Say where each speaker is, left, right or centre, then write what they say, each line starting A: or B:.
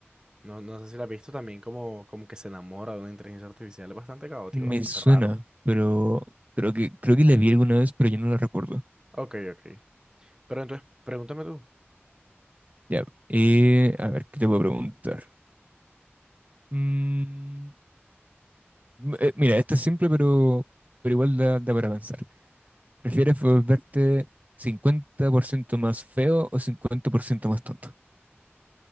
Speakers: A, on the right; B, on the right.
A: No, no sé si la has visto también, como, como que se enamora de una inteligencia artificial. Es bastante caótico,
B: Me
A: bastante
B: suena,
A: raro.
B: pero creo que, creo que la vi alguna vez, pero yo no la recuerdo.
A: Ok, ok. Pero entonces, pregúntame tú.
B: Ya, eh, a ver, ¿qué te puedo preguntar? Mm, eh, mira, esto es simple, pero, pero igual da, da para pensar. ¿Prefieres volverte 50% más feo o 50% más tonto?